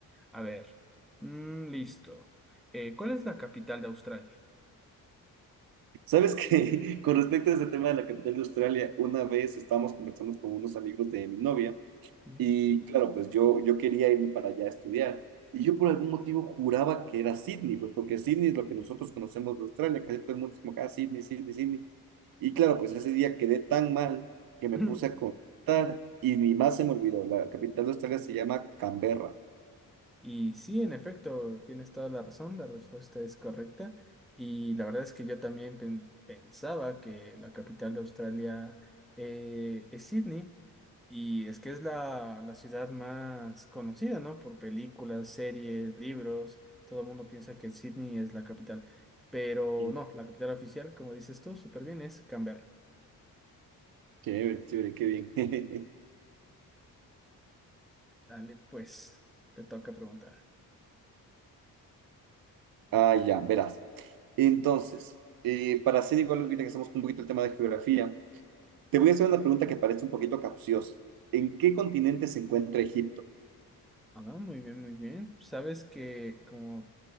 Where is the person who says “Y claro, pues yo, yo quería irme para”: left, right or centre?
Right